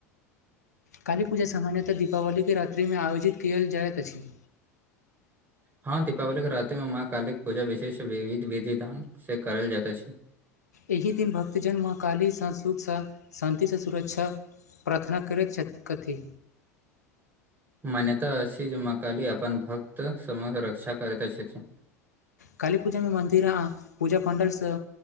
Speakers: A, on the left (about 80°); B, on the right (about 25°).
A: काली पूजा सामान्यतह दीपावली के रात्रि मे आयोजित कयल जाइत अछि
B: हँ दीपावली के राति मे माँ काली के पूजा विशेष वि विधिान से करल जाइता अछि
A: एहि दिन भक्तजन मां कालीसँ सुखसँ शान्तिसँ सुरक्षा प्रार्थना करति छथि कथि
B: मान्यता अति जे मां काली अपन भक्त सम रक्षा करति अछि छथिन
A: काली पूजा मे मन्दिर आ पूजा पाण्डल सँ